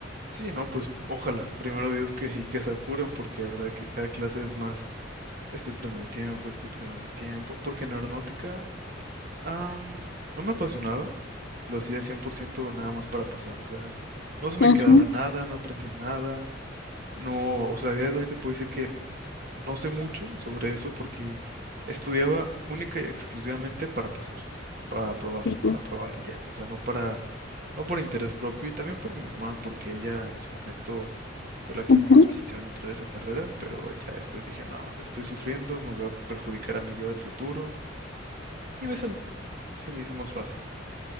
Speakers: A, on the right; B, on the left.
A: Sí, no, pues ojalá, primero Dios que y que se apuren, porque la verdad que cada clase es más, estoy perdiendo mi tiempo, estoy perdiendo mi tiempo, porque en aeronáutica am, no me apasionaba, lo hacía 100% nada más para pasar, o sea, no se me
B: Ujú,
A: quedaba nada, no aprendía nada, no, o sea, a día de hoy te puedo decir que No sé mucho sobre eso porque estudiaba única y exclusivamente para pasar, para aprobar,
B: sí,
A: para aprobar y ya. O sea, no para, no por interés propio y también por mi mamá, porque ella en su momento fue la que
B: ujú,
A: me insistió en entrar a esa carrera, pero ya después dije, no, o sea, estoy sufriendo, me voy a perjudicar a mi yo del futuro y me salí. Se me hizo más fácil.